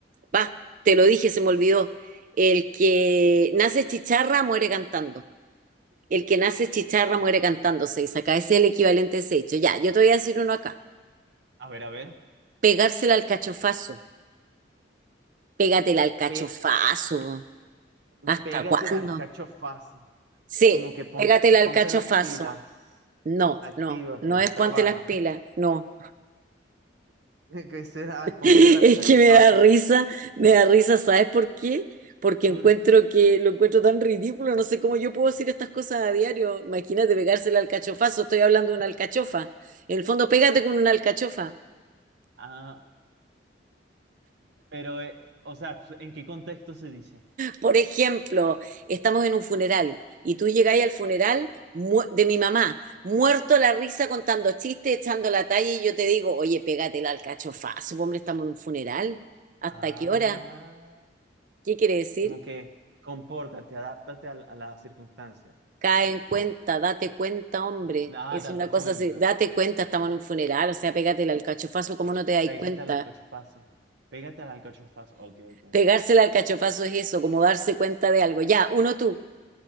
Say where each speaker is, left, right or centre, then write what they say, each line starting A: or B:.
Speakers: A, on the right (about 45°); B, on the right (about 65°).
A: va, te lo dije, se me olvidó. El que nace chicharra muere cantando. El que nace chicharra muere cantando, se dice. Acá ese es el equivalente a ese hecho. Ya, yo te voy a decir uno acá.
B: A ver, a ver.
A: Pegársela al cachofazo. Pégatela al cachofazo.
B: Pe-
A: ¿Hasta
B: pégate
A: cuándo?
B: al cachofazo.
A: Sí,
B: como que pon-
A: pégatela al
B: ponte
A: cachofazo.
B: las pilas,
A: No,
B: actívate,
A: no, no es ponte
B: trabaja.
A: las pilas, no.
B: <laughs> ¿Qué será?
A: <laughs>
B: Ponte
A: Es
B: la alcachofazo.
A: que me da risa, me da risa, ¿sabes por qué? Porque
B: ¿Por
A: encuentro
B: qué?
A: que lo encuentro tan ridículo, no sé cómo yo puedo decir estas cosas a diario. Imagínate pegársela al cachofazo, estoy hablando de una alcachofa. En el fondo, pégate con una alcachofa.
B: Ah, pero, eh, o sea, pues, ¿en qué contexto se dice?
A: Por ejemplo, estamos en un funeral y tú llegáis al funeral de mi mamá, muerto la risa contando chistes, echando la talla y yo te digo, oye, pégatela al cachofazo, hombre, estamos en un funeral. ¿Hasta
B: Ah,
A: qué hora? ¿Qué quiere decir?
B: Como que compórtate, adáptate a, la- a las circunstancias.
A: Cae en cuenta, date cuenta, hombre.
B: ah,
A: Es
B: date
A: una cosa
B: cuenta.
A: así, date cuenta, estamos en un funeral, o sea, pégatela al cachofazo, ¿cómo no te dais
B: Pégate
A: cuenta?
B: al alcachofazo. Pégate al alcachofazo. Ok, ok,
A: Pegársela
B: ok.
A: al cachofazo es eso, como darse cuenta de algo. Ya, uno tú,